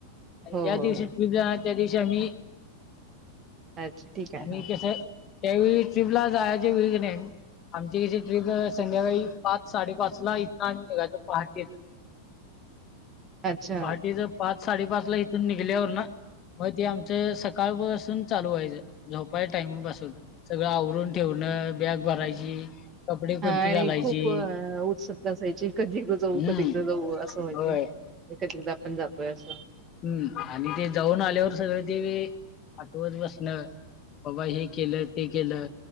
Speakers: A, on the left (about 35°); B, on the right (about 25°).
A: आणि
B: हो
A: ज्या
B: हो
A: दिवशी
B: हो
A: ट्र्रीप जाणार त्या दिवशी आम्ही
B: अच्छा ठीक आहे
A: आम्ही
B: हा
A: कस त्यावेळी ट्रीपला जायचे वेळ नाही आमची कची ट्रीप संध्याकाळी पाच साडेपाच ला इथन आणि निघाय पहाटेच
B: अच्छा
A: पहाटीच पाच साडेपाच ला इथून निघल्यावर ना मग ते आमच सकाळपासून चालू व्हााच झोपायच्या टाइमिंग पासून सगळं आवरून ठेवणं. बॅग भरायची कपडे कोणती
B: हा आणि
A: घालायची
B: खूप उत्सुकता असायची कधी एकदा जाऊ
A: हम्म
B: कधी एकदा जाऊ असं व्हायचं.
A: होय
B: एकचदा आपण जातोय अस
A: हं आणि ते जाऊन आल्यावर सगळं ते आठवत बसणं बाबा हे केलं ते केलं